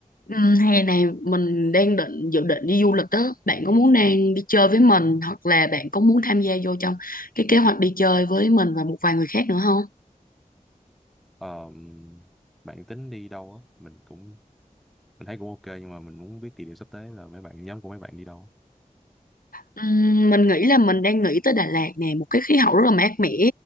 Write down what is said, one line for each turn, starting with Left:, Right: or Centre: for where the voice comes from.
Left: Ừ, hè này mình đang định dự định đi du lịch đó. Bạn có muốn đang đi chơi với mình hoặc là bạn có muốn tham gia vô trong cái kế hoạch đi chơi với mình và một vài người khác nữa không?
Centre: Ờ, bạn tính đi đâu á? Mình cũng mình thấy cũng ok nhưng mà mình muốn biết địa điểm sắp tới là mấy bạn nhóm của mấy bạn đi đâu.
Left: Ừm, mình nghĩ là mình đang nghĩ tới Đà Lạt nè, một cái khí hậu rất là mát mẻ,